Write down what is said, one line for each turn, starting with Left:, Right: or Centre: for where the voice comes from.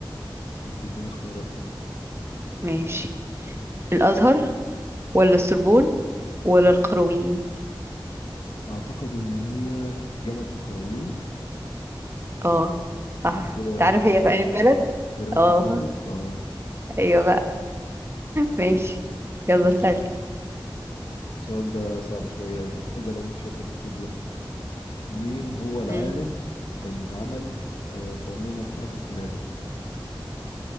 Left: طب ما تديني اختيارات كده
Right: ماشي الازهر ولا السربون ولا القرويين
Left: أعتقد إن هي جامعة القرويين
Right: اه
Left: الموجودة
Right: صح تعرف
Left: في المغرب
Right: هي في اي بلد
Left: تقريبا
Right: اه
Left: في المغرب اه
Right: <laughs> ايوه بقى ماشي يلا
Left: ماشي
Right: سألي
Left: السؤال ده صعب شوية إلا لو أنت شاطرة في الفيزياء مين هو العالم
Right: امم
Left: اللي عمل آه، قوانين الحركة الثلاثة